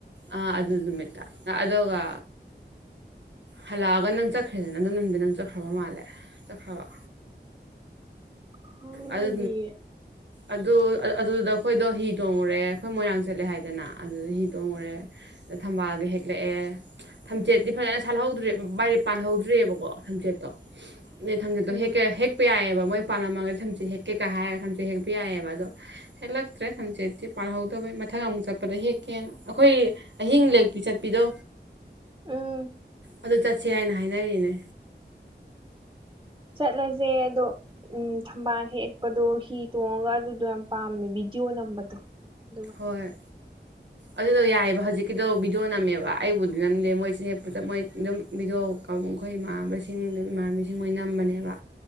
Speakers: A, on the right; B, on the right.
A: ꯑꯥ ꯑꯗꯨ ꯅꯨꯃꯤꯠꯇ ꯑꯗꯨꯒ ꯍꯜꯂꯛꯑꯒ ꯅꯪ ꯆꯠꯈ꯭ꯔꯦꯗꯅ ꯑꯗꯨ ꯅꯨꯗꯤ ꯅꯪ ꯆꯠꯈ꯭ꯔꯕ ꯃꯥꯜꯂꯦ ꯆꯠꯈ꯭ꯔꯕ
B: ꯈꯪꯗꯤꯌꯦ
A: ꯑꯗꯨ ꯑꯗꯨ ꯑꯗꯨꯗꯨꯗ ꯑꯩꯈꯣꯏꯗꯣ ꯍꯤ ꯇꯣꯡꯉꯨꯔꯦ ꯑꯩꯈꯣꯏ ꯃꯣꯏꯔꯥꯡ ꯆꯠꯂꯦ ꯍꯥꯏꯗꯅ ꯑꯗꯨꯗ ꯍꯤ ꯇꯣꯡꯉꯨꯔꯦ꯫ ꯊꯝꯕꯥꯜꯒ ꯍꯦꯛꯂꯛꯑꯦ꯫ ꯊꯝꯆꯦꯠꯇꯤ ꯐꯖꯅ ꯁꯥꯠꯍꯧꯗ꯭ꯔꯦ ꯕꯥꯏꯔꯦ ꯄꯥꯟꯍꯧꯗ꯭ꯔꯦꯑꯕꯀꯣ ꯊꯝꯆꯦꯠꯇꯣ ꯅꯣꯏ ꯊꯝꯆꯤꯠꯇꯣ
B: ꯎꯝ
A: ꯍꯦꯛꯀ ꯍꯦꯛꯄ ꯌꯥꯏꯑꯕ ꯃꯣꯏ ꯄꯥꯜꯂꯝꯃꯒꯗꯤ ꯊꯝꯆꯠ ꯍꯦꯛꯀꯦꯀꯥ ꯍꯥꯏꯔꯒ ꯊꯝꯆꯠ ꯍꯦꯛꯄ ꯌꯥꯏꯌꯦꯕ ꯑꯗꯣ ꯍꯦꯜꯂꯛꯇ꯭ꯔꯦ ꯁꯝꯆꯦꯠꯇꯤ ꯄꯥꯜꯍꯧꯗꯕꯩ ꯃꯊꯪ ꯑꯃꯨꯛ ꯆꯠꯄꯗ ꯍꯦꯛꯀꯦꯅ ꯑꯩꯈꯣꯏ ꯑꯍꯤꯡ ꯂꯦꯛꯄꯤ ꯆꯠꯄꯤꯗꯣ
B: ꯎꯝ
A: ꯑꯗꯨ ꯆꯠꯁꯦ ꯍꯥꯏꯅ ꯍꯥꯏꯅꯔꯤꯅꯦ
B: ꯆꯠꯂꯖꯦ ꯑꯗꯣ ꯎꯝ ꯊꯝꯕꯥꯜ ꯍꯦꯛꯄꯗꯣ ꯍꯤ ꯇꯣꯡꯉꯒ ꯑꯗꯨꯗꯣ ꯌꯥꯝ ꯄꯥꯝꯃꯦ ꯚꯤꯗꯤꯑꯣ ꯅꯝꯕꯗꯣ ꯑꯗꯨꯒ
A: ꯍꯣꯏ ꯑꯗꯨꯗꯣ ꯌꯥꯏꯑꯕ ꯍꯧꯖꯤꯛꯀꯤꯗꯣ ꯚꯕꯤꯗꯤꯑꯣ ꯅꯝꯃꯦꯕ ꯑꯩꯕꯨꯗꯤ ꯅꯝꯗꯦ ꯃꯣꯏꯁꯦ ꯍꯦꯛꯄꯗ ꯃꯣꯏ ꯑꯗꯨꯝ ꯕꯤꯗꯣ ꯑꯩꯈꯣꯏ ꯏꯃꯥꯟꯅꯕꯁꯤꯡ ꯏꯃꯥꯟꯅꯕꯤꯁꯤꯡ ꯃꯣꯏ ꯅꯝꯕꯅꯦꯕ